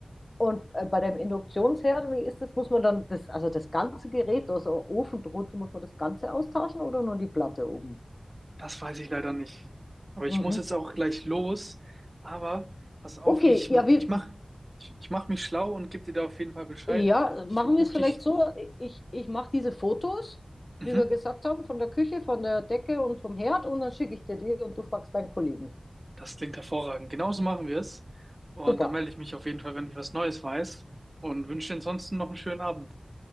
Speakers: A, on the left; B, on the right.
A: und äh, bei dem Induktionsherd, wie ist das? Muss man dann das, also das ganze Gerät, also Ofen drunter, muss man das Ganze austauschen oder nur die Platte oben?
B: Das weiß ich leider nicht. Aber ich
A: Mhm.
B: muss jetzt auch gleich los. Aber pass auf,
A: Okay,
B: ich,
A: ja, wie,
B: ich mach, ich, ich mach mich schlau und gebe dir da auf jeden Fall Bescheid.
A: ja,
B: Ich
A: machen
B: rufe
A: wir es vielleicht
B: dich.
A: so. Ich, ich mache diese Fotos, wie
B: Mhm.
A: wir gesagt haben, von der Küche, von der Decke und vom Herd und dann schicke ich dir die und du fragst deinen Kollegen.
B: Das klingt hervorragend. Genauso machen wir es. Und
A: Super.
B: dann melde ich mich auf jeden Fall, wenn ich was Neues weiß. Und wünsche dir ansonsten noch einen schönen Abend.